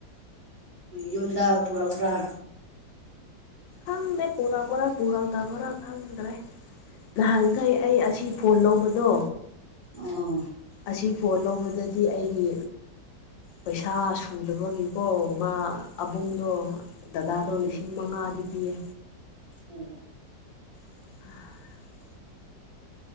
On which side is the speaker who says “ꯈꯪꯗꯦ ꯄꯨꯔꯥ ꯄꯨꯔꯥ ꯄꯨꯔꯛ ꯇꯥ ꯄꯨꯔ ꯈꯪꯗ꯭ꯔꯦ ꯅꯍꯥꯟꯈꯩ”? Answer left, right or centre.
Left